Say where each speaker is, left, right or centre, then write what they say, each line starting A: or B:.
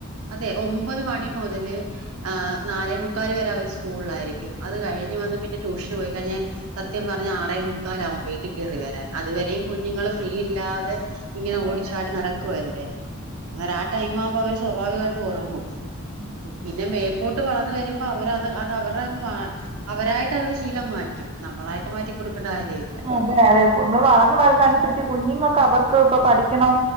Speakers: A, on the right; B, on the right.
A: അതെ ഒമ്പത് മണി മുതല് ആഹ് നാലേമുക്കാൽ വരെ ഒരു സ്കൂളിലായിരിക്കും അത് കഴിഞ്ഞഞ് വന്ന് പിന്നെ ട്യൂഷന് പോയി കഴിഞ്ഞഞ് സത്യം പറഞ്ഞഞ് ആറേ മുക്കാല ആവും വീട്ടിൽ കയറി വരാൻ അതുവരെയും കുഞ്ഞുങ്ങൾ ഫ്രീയില്ലാതെ ഇങ്ങനെ
B: അതെ
A: ഓടിച്ചാടി
B: അതെ
A: നടക്കുവല്ലേ അങ്ങനെ ആ ടൈം ആവുമ്പോ അവര് സ്വാഭാവികമായിട്ട് ഉറങ്ങും
B: ഉം
A: പിന്നെ മേപ്പോോട്ട് വളർന്ന വരുമ്പോ അവരത് അത് അവരുടെ അങ്ങ് അവരായിട്ട് അ ശീലം മാറ്റി റ്റും നമ്മളായിട്ട് മാറ്റി കൊടുക്കേണ്ട കാര്യമ ഇല്ല
B: അഹ് അതെ ഉമ്മൾ വളർന്നന്ന് വരുന്നതനുസരിച്ച് കുഞ്ഞുങ്ങൾക്ക് അവർക്ക് ഇപ്പൊ പഠിക്കണം